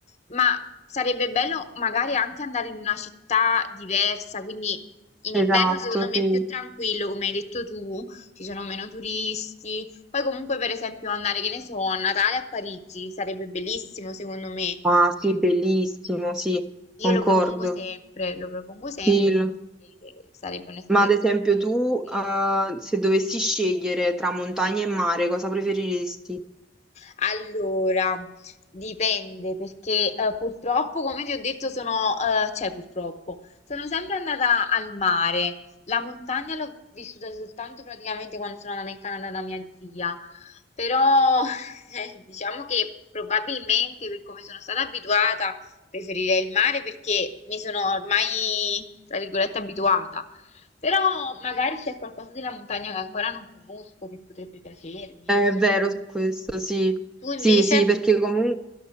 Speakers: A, on the left; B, in the centre.
A: Ma Sarebbe bello magari anche andare in una città diversa, quindi in
B: Esatto,
A: inverno secondo me
B: sì.
A: è più tranquillo, come hai detto tu, ci sono meno turisti. Poi comunque per esempio andare, che ne so, a Natale a Parigi sarebbe bellissimo secondo me.
B: Ah,
A: Quindi
B: sì, bellissimo, sì,
A: io
B: concordo.
A: lo propongo sempre, lo propongo sempre
B: Sì. l-
A: perché sarebbe un'esperienza
B: Ma ad esempio tu,
A: carina.
B: eh, se dovessi scegliere tra montagna e mare, cosa preferiresti?
A: Allora, dipende perché eh, purtroppo, come ti ho detto, sono, eh, cioè purtroppo, sono sempre andata al mare. La montagna l'ho vissuta soltanto praticamente quando sono andata in Canada da mia zia, però <laughs> eh, diciamo che probabilmente per come sono stata abituata preferirei il mare perché mi sono ormai, tra virgolette, abituata. Però magari c'è qualcosa della montagna che ancora non conosco, che potrebbe piacermi,
B: È
A: non so.
B: vero su questo, sì.
A: Tu invece?
B: Sì, sì, perché comunque